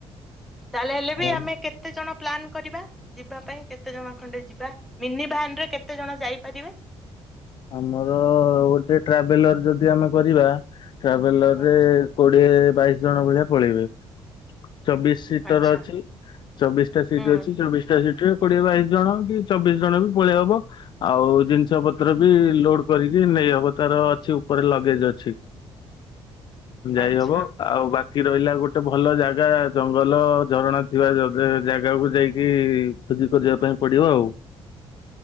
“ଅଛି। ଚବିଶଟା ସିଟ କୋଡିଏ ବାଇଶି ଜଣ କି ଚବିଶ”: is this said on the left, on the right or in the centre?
Left